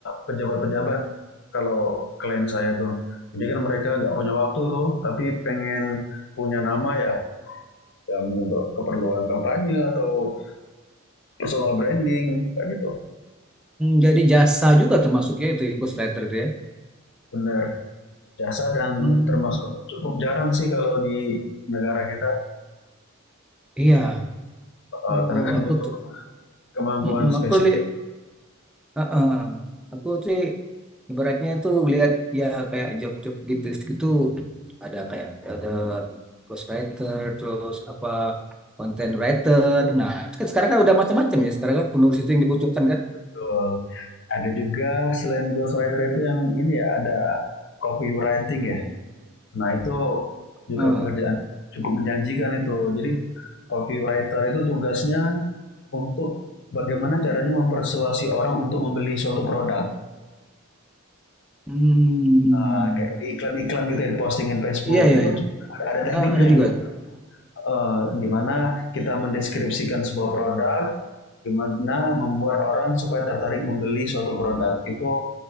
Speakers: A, on the left (about 60°); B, in the centre.
A: pejabat-pejabat kalau klien saya tuh. Jadi kan mereka nggak punya waktu tuh, tapi pengen punya nama ya, ya untuk keperluan kampanye atau personal branding, kayak gitu.
B: Hmm, Jadi jasa juga termasuknya itu ya, ghostwriter itu ya.
A: Benar, jasa dan
B: Hmm,
A: termasuk cukup jarang sih kalau di negara kita,
B: iya.
A: eh,
B: Oh,
A: karena kan
B: aku
A: <laughs> butuh
B: tuh,
A: kemampuan
B: mm-mm,
A: spesifik.
B: aku li- uh-uh. Aku tuh ibaratnya tuh lihat ya kayak job-job gitu gitu ada kayak ada ghostwriter terus apa content writer. Nah, itu kan sekarang kan udah macam-macam ya. Sekarang kan penulis itu yang dibutuhkan kan.
A: Betul. Ada juga selain ghostwriter itu yang ini ya, ada copywriting ya, Nah, itu juga
B: Ah.
A: pekerjaan cukup menjanjikan itu. Jadi, copywriter itu tugasnya untuk bagaimana caranya mempersuasi orang untuk membeli suatu produk.
B: Hmm.
A: Nah, kayak di iklan-iklan gitu ya, di postingan Facebook.
B: Iya, iya,
A: Itu
B: iya.
A: ada, tekniknya
B: Ah, ada juga
A: itu. Eh, gimana kita mendeskripsikan sebuah produk, gimana membuat orang supaya tertarik membeli suatu produk. Itu